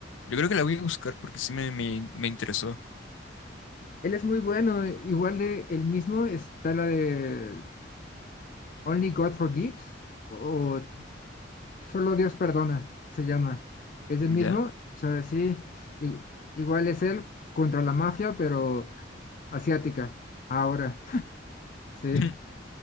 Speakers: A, on the left; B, on the left.
A: Yo creo que la voy a buscar porque sí me, me, me interesó,
B: él es muy bueno. Igual de el mismo está la de Only God Forgives o Solo Dios Perdona, se llama. Es el
A: ¿ya?
B: mismo, o sea, sí, i- igual es él contra la mafia, pero asiática. Ahora, sí,
A: <clears throat> <laughs>